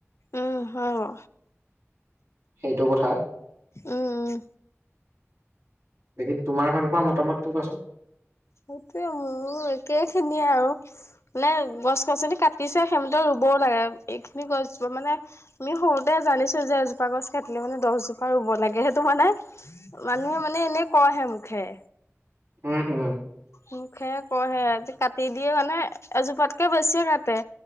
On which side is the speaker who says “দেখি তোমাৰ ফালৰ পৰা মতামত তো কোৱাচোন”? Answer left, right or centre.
Right